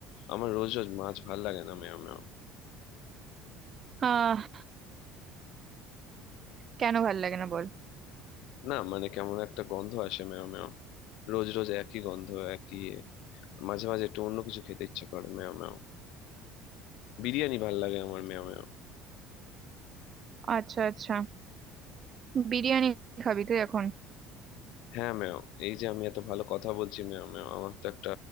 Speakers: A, on the left; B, on the right.
A: আমার রোজ রোজ মাছ ভাল লাগে না মেও মেও
B: আহ কেন ভাল লাগে না বল
A: না মানে কেমন একটা গন্ধ আসে মেও মেও রোজ রোজ একই গন্ধ একই ইয়ে। মাঝে মাঝে একটু অন্য কিছু খেতে ইচ্ছে করে মেও মেও বিরিয়ানি ভাল লাগে আমার মেও মেও
B: আচ্ছা আচ্ছা বিরিয়ানি খাবি তুই এখন
A: হ্যাঁ ম্যাম এই যে আমি এত ভালো কথা বলছি ম্যাম ম্যাম আমার তো একটা